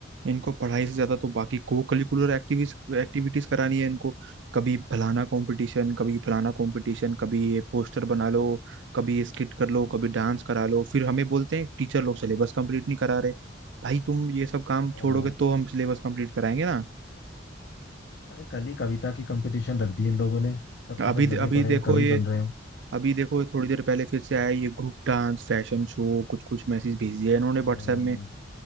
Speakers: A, on the right; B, on the left.
A: इनको पढ़ाई से ज्यादा तो बाकी को करिकुलर एक्टिविटीज एक्टिविटीज करानी है इनको कभी फलाना कंपटीशन कभी फलाना कंपटीशन कभी ये पोस्टर बना लो कभी ये स्किट कर लो कभी डांस करा लो फिर हमें बोलते हैं टीचर लोग सिलेबस कंप्लीट नहीं करा रहे भाई तुम ये सब काम छोड़ोगे
B: हाँ
A: तो हम सिलेबस कंप्लीट कराएंगे ना
B: अरे कल ही कविता की कंपटीशन रख दी इन लोगों ने सबके
A: अभी
B: सब लगे
A: अभी
B: पड़े
A: देखो
B: हैं कवि
A: ये
B: बन रहे हो
A: अभी देखो थोड़ी देर पहले फिर से आया ये ग्रुप डांस फैशन शो कुछ कुछ मैसेज भेज दिया इन्होंने
B: हाँ,
A: व्हाट्सएप में